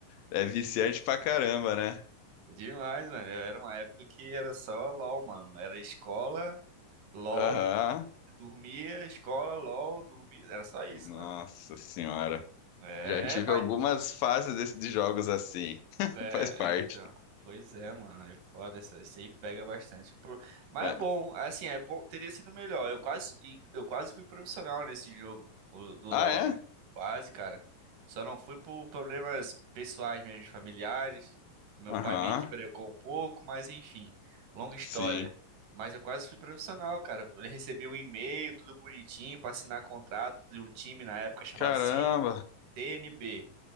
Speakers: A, on the left (about 85°); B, on the right (about 70°).
A: É viciante pra caramba, né?
B: Demais, mano, eu- era uma época que era só LOL, mano, era escola, LOL,
A: Aham.
B: dormia, escola, LOL, dormia, era só isso,
A: Nossa
B: mano.
A: senhora.
B: É,
A: Já tive algumas fases desse- de jogos assim. <laughs>
B: É,
A: Faz parte.
B: então. Pois é, mano. É foda essa. Isso aí pega bastante. Por- Mas
A: É.
B: é bom, assim, é bom. Teria sido melhor. Eu quase, e eu quase fui profissional nesse jogo, o, do LoL,
A: Ah, é?
B: né? Quase, cara. Só não fui por problemas pessoais mesmo, familiares. Meu
A: Aham.
B: pai meio que brecou um pouco, mas enfim, longa história.
A: Sim.
B: Mas eu quase fui profissional, cara. Eu recebi um e-mail, tudo bonitinho, pra assinar contrato de um time na época chamado
A: Caramba.
B: C- CNB.